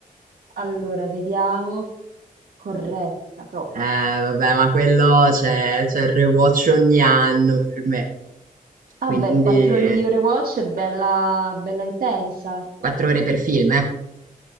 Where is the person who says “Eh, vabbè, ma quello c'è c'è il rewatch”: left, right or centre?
Right